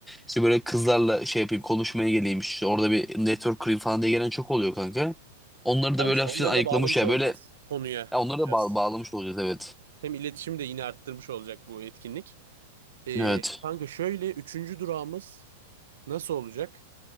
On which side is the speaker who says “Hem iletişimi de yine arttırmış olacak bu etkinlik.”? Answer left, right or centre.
Right